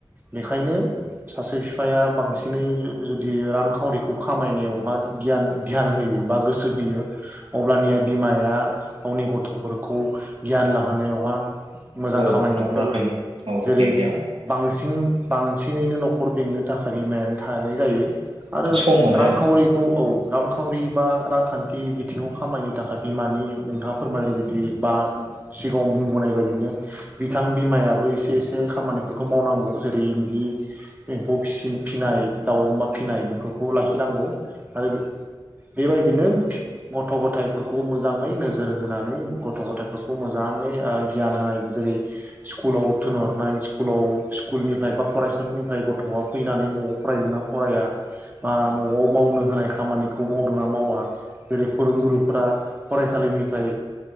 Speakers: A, on the right (about 20°); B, on the right (about 80°).
A: बेखायनो सासे बिफाया बांसिनै जुदि रांखावरिखौ खामायनायावहा गियान ध्यान होयो बा गोसो होयो अब्लानिया बिमाया गावनि गथफोरखौ गियान लाहोनायावहा मोजां
B: औ
A: खामानि
B: न'खर
A: मावनो
B: बें
A: हायो
B: औ
A: जेरै
B: बेंनायाव
A: बांसिन बांसिनैनो नखर बेंकनो थाखाय बिमायानो थानाय जायो। आरो
B: सम मोनो
A: रांखावरिखौ
B: आरो
A: औ रांखावरि बा रांखान्थि बिथिङाव खामायनो थाखाय बिमानि नोंथाङा फोरमायनाय बायदि बा सिगाङाव बुंबोनाय बायदिनो बिथां बिमायाबो एसे एसे खामानिफोरखौ मावनांगौ। जेरै इन्दि एम्फौसि फिसिनाय दाउ अमा फिसिनाय बेफोरखौ लाखिनांगौ आरो बेबायदिनो गथ' गथायाइफोरखौबो मोजाङै नोजोर होनानै गथ' गथायाइफोरखौ मोजाङै गियान होनाय जेरै स्कुलाव थिनहरनाय स्कुलाव स्कुलनिफ्राय बा फरायसालिनिफ्राय गथ'आ फैनानै न'आव फरायदोंना फराया बा न'आव मावनो होनाय खामानिखौ मावदों नना मावा जेरै फोरोंगुरुफोरा फरायसालिनिफ्राय